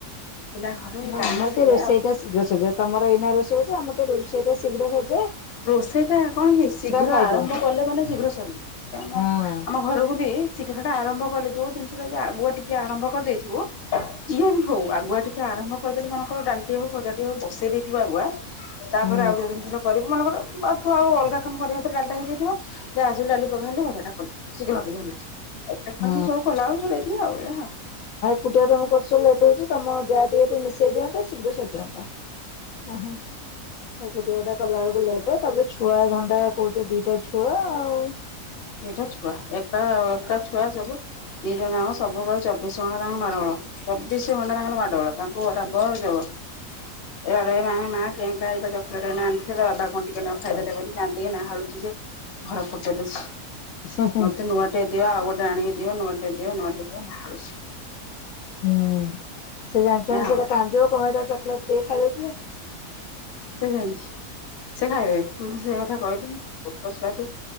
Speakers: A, on the left (about 45°); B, on the left (about 70°).
A: ପିଲା ଘର ଏଇ
B: ନା
A: କାମ
B: ଆମର
A: ସେଇଆ
B: ଟିକେ ରୋଷେଇ
A: ଆଉ।
B: ଟା ଶୀଘ୍ର ସରିଜାଏ ତମର ଏଇନା ରୋଷେଇ ହୋଉଛି ଆମର ରଷେଇଟା ଶୀଘ୍ର ସରିଜ୍
A: ରୋଷେଇ ଟା କଣ କି ଶୀଘ୍ର
B: ଖାଇଦଉ
A: ଆରମ୍ଭ କଲେ ମାନେ ଶୀଘ୍ର ସରିଯି ସେ ଆମ
B: ହଁ
A: ଆମ ଘରକୁ ବି ଶୀଘ୍ର ଟା ଆରମ୍ଭ କଲେ ଯୋଉ ଜିନିଷଟା ଯଦି ଆଗୁ ଟିକେ ଆରମ୍ଭ କରିଦେଇଥିବୁ ଜିଇଏ ବି ହଉ ଆଗୁଆ ଟିକେ ଆରମ୍ଭ କରିଦେଲେ ମନେଙ୍କର ଡାଲିଟିଏ ହଉ ଭଜାଟିଏ ହଉ ବସେଇ ଦେଇଥିବା ଆଗୁଆ ତାପରେ
B: ହୁଁ
A: ଆଉ ଯୋଉ ଜିନିଷଟା କରିବୁ ମନେକର ତୁ ଆଉ ଅଲଗା କାମ କରିବା ଭିତରେ ଡାଲିଟା ହେଇଯାଇଥିବ। ତୁ ଆସିଲୁ ଡ଼ାଲି ପଘାରିଲୁ ଭଜା ଟା କଲୁ ଶିଘ୍ର ଟିକେ ହେଲା। ଏକା କାମ
B: ହୁଁ।
A: ସବୁ କଲାବେଳେକୁ ଡେରି ଆଉ ଏଇଆ।
B: କୁଟିଆ ତମେ କରୁଚ ଲେଟ ହଉଛି ତମ ଯାହା ଟିକେ ମିଶେଇ ଦିଅନ୍ତା ଶୀଘ୍ର ସରିଜାନ୍ତା। ଓହୋ ଆଉ ଗୋଟ ଏଟା। କଲାବେଲୁ ଲେଟେ ତାପରେ ଛୁଆ ଧନ୍ଦା କହୁଛ ଦିଟା ଛୁଆ ଆଉ।
A: ଦିଟା ଛୁଆ ଏକା ଏକା ଛୁଆ ସବୁ ଦିଟା ଯଙ୍କ ସବୁବେଳେ ଚବିଶ ଘଣ୍ଟା ତାଙ୍କ ମାଡ଼ଗୋଳ। ଚବିସି ଘଣ୍ଟା ତାଙ୍କ ମାଡଗୋଳ ତାଙ୍କୁ ରାବର ଯବ। ଏଆଡେ ଏ ମା କେ ଙ୍କା ଏଇପା ଚକଲେଟେ ଏଇନା ଆଣିଥିଲି ତା ବାବା କଣ ଟିକେନାଗୁ ଖାଇଦେଲେ ବୋଲି କାନ୍ଦିକି ନାହାଲୁଛି ଜେ ଘର ଫଟେଇ ଦଉଛି।
B: ହୁଁ ହୁଁ।
A: ମତେ ନୂଆ ଟେ ଦିଅ ଆଉ ଗୋଟେ ଆଣିଅ ଦିଅ ନୂଆ ଟେ ଦିଅ ନୂଆ ଟେ ଦିଅ ନାହାଳୁଛି।
B: ହୁଁ ସେ ଜାଣିଛନ୍ତି
A: ଆଉ
B: ସେ ତ କାନ୍ଦିବ କପାଇଁ ତା ଚକିଲେଟେ ଟିକେ ଖାଇଦଉଥିଲେ।
A: ସେ ସେମିତି ସେ ଖାଇଦେବେ ମୁଁ ସେ କଥା କହିଲିି ଛୋଟ ଛୁଆଟେ